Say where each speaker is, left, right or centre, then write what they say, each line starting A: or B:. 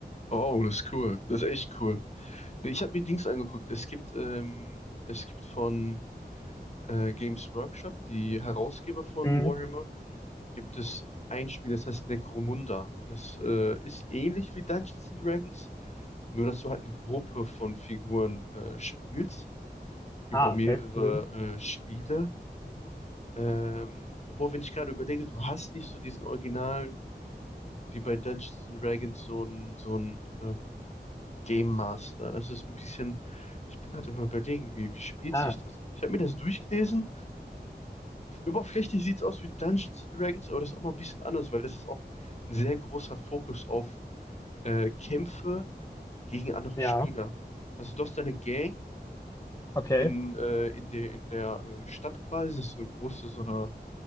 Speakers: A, on the left (about 40°); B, on the left (about 20°).
A: oh, das ist cool. Das ist echt cool. Nee, Ich habe mir Dings angeguckt. Es gibt, ähm, es gibt von äh, Games Workshop, die Herausgeber von
B: Mhm.
A: Warhammer, gibt es ein Spiel, das heißt Necromunda. Und das äh, ist ähnlich wie Dungeons and Dragons, nur dass du halt eine Gruppe von Figuren äh, spielst über
B: Ah,
A: mehrere
B: okay. Mhm.
A: äh, Spiele. Ähm, obwohl, wenn ich gerade überlege, du hast nicht so diesen originalen, wie bei Dungeons and Dragons, so einen so einen, ähm, Game Master. Das ist ein bisschen, ich bin gerade immer überlegen, wie, wie spielt
B: Ah,
A: sich das? Ich habe mir das durchgelesen. Oberflächlich sieht es aus wie Dungeons and Dragons, aber das ist auch mal ein bisschen anders, weil das ist auch ein sehr großer Fokus auf äh, Kämpfe gegen andere
B: ja,
A: Spieler. Also du hast deine Gang
B: okay.
A: in, äh, in, de, in der äh, Stadt quasi. Das ist so eine große, so eine